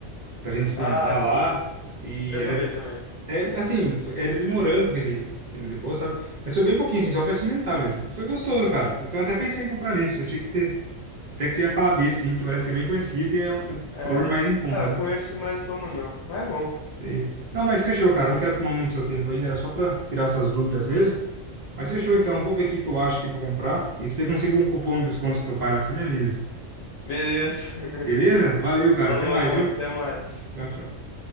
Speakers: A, on the right (about 70°); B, on the left (about 85°).
A: pra gente experimentar
B: Ah, sim.
A: lá. E
B: Já
A: era
B: tomei também.
A: É, assim, foi- era de morango que ele, que ele levou, sabe? Mas foi bem pouquinho, assim, só pra experimentar mesmo. Foi gostoso, cara. Então eu até pensei em comprar nesse. Eu achei que você, até que você ia falar desse, sim, que parece que é bem conhecido e é um, é um
B: É.
A: valor mais em conta,
B: Ah, eu
A: né?
B: conheço, mas não tomo não. Mas é bom.
A: Sei. Não, mas fechou, cara. Não quero tomar muito seu tempo aí. Era só pra tirar essas dúvidas mesmo. Mas fechou, então. Vou ver o que que eu acho aqui pra comprar. E se você conseguir um cupom de desconto com seu pai lá, você me avisa.
B: Beleza.
A: Beleza?
B: <laughs>
A: Valeu, cara.
B: Falou,
A: Até mais,
B: mano.
A: viu?
B: Até mais.
A: Tchau, tchau.